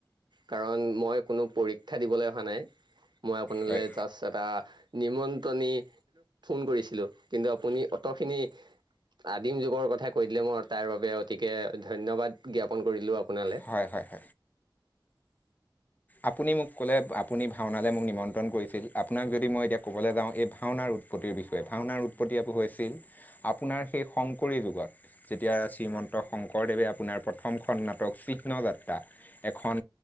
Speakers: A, on the right; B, on the left.
A: কাৰণ মই কোনো পৰীক্ষা দিবলৈ অহা নাই মই আপোনালৈ
B: হয়
A: জাষ্ট এটা নিমন্ত্ৰণী ফোন কৰিছিলোঁ কিন্তু আপুনি অটো খিনি আদিম যুগৰ কথা কৈ দিলে মই তাৰ বাবে অতিকে ধন্যবাদ। জ্ঞাপন কৰিলো আপোনালৈ।
B: হয় হয় হয় আপুনি মোক ক'লে আপুনি ভাওনালৈ মোক নিমন্ত্ৰণ কৰিছিল। আপোনাক যদি মই এতিয়া কবলৈ যাও এই ভাওনা উৎপত্তিৰ বিষয়ে ভাওনাৰ উৎপত্তি আ হৈছিল আপোনাৰ সেই শংকৰী যুগত যেতিয়া শ্ৰীমন্ত শংকৰদেৱে আপোনাৰ প্ৰথমখন নাটক চিহ্নযাত্ৰা, এখন